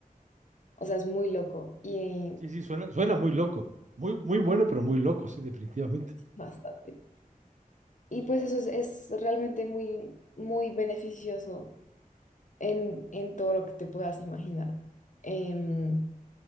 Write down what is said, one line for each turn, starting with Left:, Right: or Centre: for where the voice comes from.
Left: O sea, es muy loco y
Right: sí, sí, suena, suena muy loco. Muy, muy bueno, pero muy loco, sí, definitivamente.
Left: bastante. Y pues eso es, es realmente muy, muy beneficioso en, en todo lo que te puedas imaginar. Em,